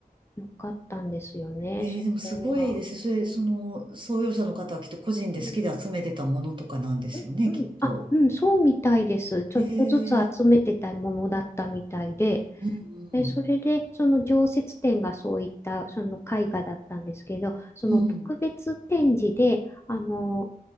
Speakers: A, on the left (about 15°); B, on the right (about 30°).
A: よかったんですよね、
B: えー、
A: そこは。
B: でもすごいですね。それ、その、創業者の方はきっと個人で好きで集めてたものとかなんですよね、
A: うん。うんうん。
B: きっと。
A: あ、うん、そうみたいです。ちょっとずつ集めてたものだったみたいで、
B: へえー、うん、
A: で、
B: うん。
A: それで、その常設展がそういった、その絵画だったんですけど、その特別展示で、
B: うん、
A: あの、